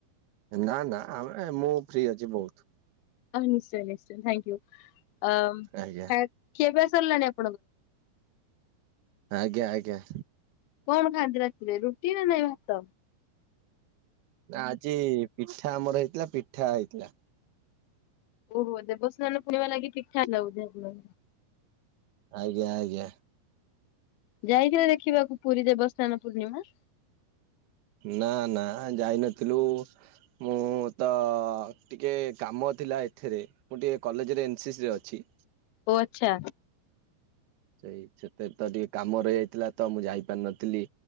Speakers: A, on the right (about 75°); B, on the left (about 75°).
A: ନା ନା ମୁଁ ଫ୍ରି ଅଛି ବହୁତ।
B: ଅ ନିଶ୍ଚୟ ନିଶ୍ଚୟ ଥ୍ୟାଙ୍କୟୁ ଅ
A: ଆଜ୍ଞା
B: ଖିଆପିଆ ସରିଲାଣି ଆପଣଙ୍କର?
A: ଆଜ୍ଞା ଆଜ୍ଞା।
B: କଣ ଖାନ୍ତି ରାତିରେ ରୁଟି ନା ନାଇଁ ଭାତ?
A: ନା ଆଜି ପିଠା ଆମର ହେଇଥିଲା ପିଠା ହେଇଥିଲା।
B: ଓହୋ ଦେବସ୍ନାନ ପୂର୍ଣିମା ଲାଗି ପିଠା ହେଲା ବୋଧେ। ଆପଣଙ୍କର
A: ଆଜ୍ଞା ଆଜ୍ଞା।
B: ଯାଇଥିଲ ଦେଖିବାକୁ ପୁରୀ ଦେବସ୍ନାନ ପୂର୍ଣ୍ଣିମା?
A: ନା ନା ଯାଇନଥିଲୁ ମୁଁ ତ ଟିକେ କାମ ଥିଲା ଏଥିରେ ମୁଁ ଟିକିଏ କଲେଜରେ ଏନସିସରେ ଅଛି।
B: ଅଛା।
A: ସେଇ ସେତେ ତ ଟିକେ କାମ ରହିଯାଇଥିଲା, ତ ମୁଁ ଯାଇପାରିନଥିଲି